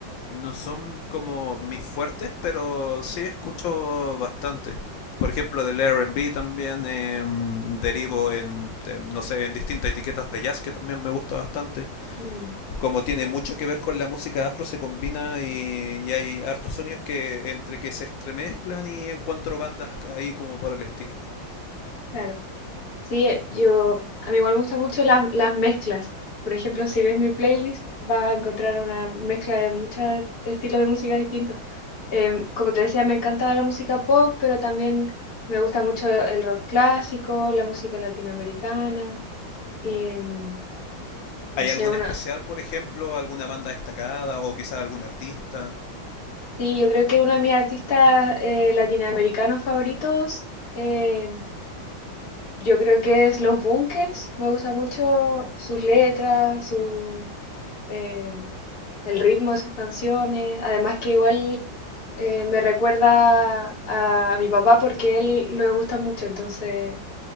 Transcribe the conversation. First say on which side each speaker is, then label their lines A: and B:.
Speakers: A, on the left (about 75°); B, on the left (about 35°).
A: No son como mis fuertes, pero sí escucho bastante. Por ejemplo, del R&B también eh, mm, derivo en, eh, no sé, en distintas etiquetas de jazz que también me gusta bastante.
B: Mm,
A: Como tiene
B: claro,
A: mucho que ver con la música afro, se combina y, y hay hartos sonidos que entre que se estremezclan y encuentro bandas ahí como por el estilo.
B: claro. Sí, eh, yo, a mí igual me gustan mucho las, las mezclas. Por ejemplo, si ves mi playlist, vas a encontrar una mezcla de muchos estilos de música distintos. Em, como te decía, me encanta la música pop, pero también me gusta mucho el rock clásico, la música latinoamericana. Em, no
A: ¿Hay
B: sé,
A: alguna
B: bueno,
A: especial, por ejemplo, alguna banda destacada o quizás algún artista?
B: sí, yo creo que uno de mis artistas eh, latinoamericanos favoritos, eh, yo creo que es Los Bunkers. Me gusta mucho sus letras, su, eh, el ritmo de sus canciones. Además que igual eh, me recuerda a mi papá porque él lo gusta mucho, entonces